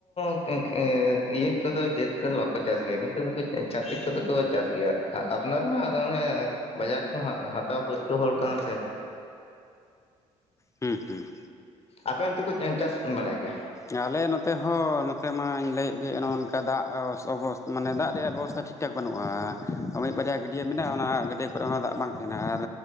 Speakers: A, on the left; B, on the left.
A: <unintelligible> ᱤᱭᱟᱹ ᱠᱚᱫᱚ ᱡᱟᱹᱛ ᱠᱚᱫᱚ ᱵᱟᱠᱚ ᱪᱟᱥ ᱜᱮᱭᱟ ᱠᱤᱱᱛᱩ ᱠᱟᱡ ᱪᱷᱟᱛᱤᱠ ᱠᱚᱫᱚ ᱠᱚ ᱪᱟᱥ ᱜᱮᱭᱟ ᱟᱯᱱᱟᱨ ᱢᱟ ᱚᱱᱮ ᱵᱟᱡᱟᱨ ᱠᱚ ᱦᱟᱛᱟᱣ ᱯᱟᱹᱨᱠᱟᱹᱣ ᱦᱚᱲ ᱠᱟᱱᱟᱢ ᱥᱮ
B: ᱦᱩᱸ ᱦᱩᱸ
A: ᱟᱯᱮ ᱚᱱᱛᱮ ᱠᱚ ᱪᱟᱥ ᱵᱟᱲᱟᱭ ᱜᱮᱭᱟ?
B: ᱟᱞᱮ ᱱᱚᱛᱮ ᱦᱚᱸ ᱱᱚᱛᱮ ᱢᱟᱧ ᱞᱟᱹᱭᱮᱫ ᱜᱮ ᱱᱚᱜᱚ ᱱᱚᱝᱠᱟ ᱫᱟᱜ ᱚᱵᱚᱥ ᱢᱟᱱᱮ ᱫᱟᱜ ᱨᱮᱭᱟᱜ ᱵᱮᱵᱚᱥᱛᱟᱷᱟ ᱴᱷᱤᱠ ᱴᱷ ᱴᱷᱟᱠ ᱵᱟᱹᱱᱩᱜᱼᱟ ᱢᱤᱫ ᱵᱟᱨᱭᱟ ᱜᱟᱹᱰᱭᱟᱹ ᱢᱮᱱᱟᱜᱼᱟ ᱚᱱᱟ ᱜᱟᱹᱰᱭᱟ. ᱠᱚᱨᱮ ᱦᱚᱸ ᱫᱟᱜ ᱵᱟᱝ ᱛᱟᱦᱮᱱᱟ ᱟᱨ